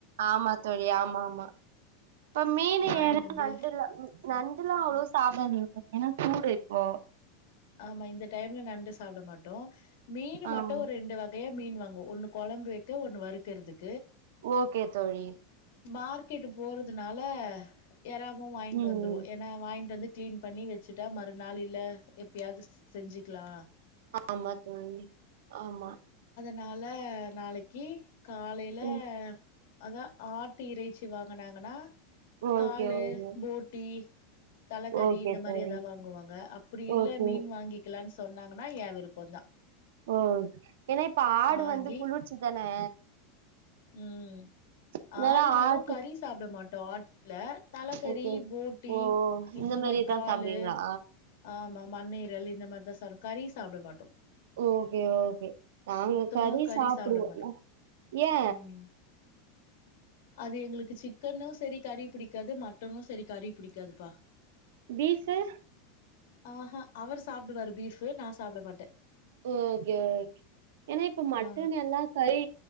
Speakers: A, on the right (about 75°); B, on the left (about 60°).
A: ஆமா தோழி ஆமாமா இப்ப மீனு
B: வாங்கிட்டு
A: எறா
B: வந்து
A: நண்டுல நண்டுலா அவளோவ் சாப்டாதிங்கா ஏனா சூடு இப்போ
B: ஆமா இந்த டைம்ல நண்டு சாப்ட மாட்டோ மீனு
A: ஆமா
B: மட்டு ஒரெண்டு வகையா மீன் வாங்கோ ஒன்னு கொழம்பு வைக்க ஒன்னு வறுக்கறதுக்
A: ஓகே தோழி
B: மார்க்கெட்டு போறதுனால எறாவு வாங்ட்டு
A: ம்
B: வந்ருவோ
A: ம்
B: ஏனா வாங்ட்டு வந்து க்ளீன் பண்ணி வச்சிட்டா மறுநாள் இல்ல எப்யாதுஸ் செஞ்சுக்லா
A: ஆமா தோழி ஆமா
B: னால நாளைக்கி காலைல
A: ம்
B: அதா ஆட்டு இறைச்சி வாங்குனாங்கனா
A: ஓகே
B: காலு
A: ஓகே
B: போட்டி தலக்கறி
A: ஓகே
B: இந்த மாரி
A: தோழி
B: எதா வாங்குவாங்க அப் அப்டி இல்ல
A: ஓகே
B: மீன் வாங்கிக்லான் சொன்னாங்கனா ஏ விருப்போந்தா
A: ஓ ஏனா இப்ப ஆடு
B: வாங்கி
A: வந்து குளுர்ச்சி தானே
B: உம்
A: அதனால
B: ஆடுனாலு
A: ஆட்டு
B: கறி சாப்ட மாட் டாட் ல தலக்கறி
A: ஓகே
B: போட்டி
A: ஓ
B: இந்த
A: மாரிதா
B: மாரி காலு
A: சாப்டுவீங்களா
B: ஆமா மண்ணீரல் இந்த மாரிதா சடு கறி சாப்டமாட்டோ
A: ஓகே ஓகே நாங்க
B: சுத்தமா
A: கறி சாப்டுவோ
B: சாப்ட மாட்டோம்.
A: ந ஏ
B: ம். அது எங்ளுக்கு சிக்கனு சரி கறி புடிக்காது மட்டனு சரி கறி புடிக்காதுப்பா
A: பீஃப்பு
B: ஆஹா அவரு சாப்டுவாரு பீஃப்பு நா சாப்ட மாட்டே
A: ஓகே ஓகே ஏனா இப்ப மட்டன்
B: ஆ
A: எல்லா கறி